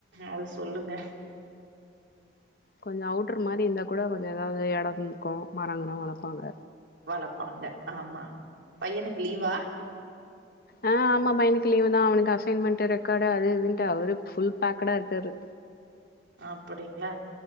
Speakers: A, on the right; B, on the left.
A: அது சொல்லுங்க
B: கொஞ்சோ அவுட்ரு மாரி இந்தா கூட கொஞ்சோ எதாவ்து எடோந் இருக்கு மரங்கீரொ வளப்பாங்க
A: வளப்பாங்க ஆமா பையனுக்கு லீவா
B: அ ஆமா பையனுக்கு லீவுதா அவனுக்கு அசைன்மெண்ட்டு ரெக்காடு அது இதுன்ட்டு அவரு ஃபுல் பேக்குட இருக்காரு
A: அப்படிங்களா